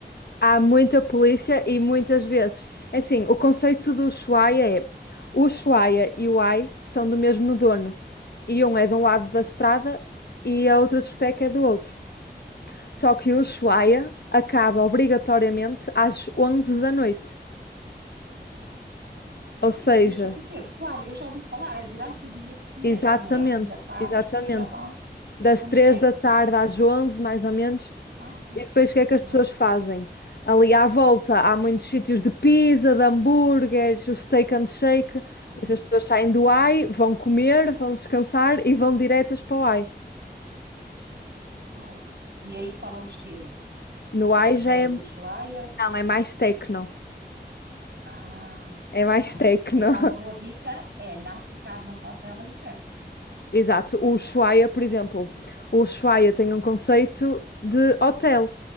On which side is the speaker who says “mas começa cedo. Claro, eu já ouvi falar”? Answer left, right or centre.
Right